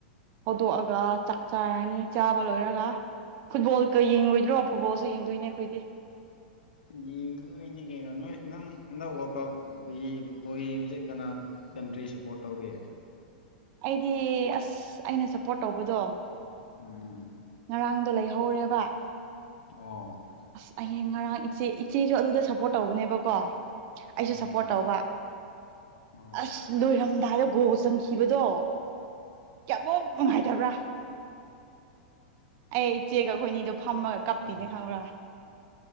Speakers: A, on the right; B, on the left.
A: ꯍꯧꯗꯣꯛꯑꯒ ꯆꯥꯛ ꯆꯥꯔꯅꯤ ꯆꯥꯕ ꯂꯣꯏꯔꯒ ꯐꯨꯠꯕꯣꯜꯀ ꯌꯦꯡꯉꯣꯏꯗ꯭ꯔꯣ ꯐꯨꯠꯕꯣꯜꯁꯦ ꯌꯦꯡꯗꯣꯏꯅꯦ ꯑꯩꯈꯣꯏꯗꯤ
B: ꯌꯦꯡꯗꯣꯏꯅꯤ ꯀꯩꯅꯣ ꯅꯣꯏ ꯅꯪ ꯅꯟꯗꯛ ꯂ ꯀꯞ ꯐꯨꯠꯕꯣꯜ ꯌꯦꯡꯉꯁꯦ ꯀꯅꯥ ꯀꯟꯇ꯭ꯔꯤ ꯁꯞꯄꯣꯔꯠ ꯇꯧꯒꯦ
A: ꯑꯩꯗꯤ ꯑꯁ ꯑꯩꯅ ꯁꯞꯄꯣꯔꯠ ꯇꯧꯕꯗꯣ
B: ꯎꯝ
A: ꯉꯔꯥꯡꯗꯣ ꯂꯩꯍꯧꯔꯦꯕ
B: ꯑꯣ
A: ꯑꯁ ꯑꯩꯍꯡ ꯉꯔꯥꯡ ꯏꯆꯦ ꯏꯆꯦꯁꯨ ꯑꯗꯨꯗ ꯁꯄ ꯁꯄꯣꯔꯠ ꯇꯧꯕꯅꯦꯕꯀꯣ ꯑꯩꯁꯨ
B: ꯑꯣ
A: ꯁꯞꯄꯣꯔꯠ ꯇꯧꯕ
B: ꯑꯣ
A: ꯑꯁ ꯂꯣꯏꯔꯝꯗꯥꯏꯗ ꯒꯣ ꯆꯟꯈꯤꯕꯗꯣ ꯀꯌꯥꯃꯨꯛ ꯅꯨꯡꯉꯥꯏꯇꯕ꯭ꯔꯥ ꯑꯩ ꯏꯆꯦꯒ ꯑꯩꯈꯣꯏꯅꯤꯗꯣ ꯐꯝꯃꯒ ꯀꯞꯄꯤꯅꯦ
B: ꯑꯣ
A: ꯈꯪꯕ꯭ꯔꯥ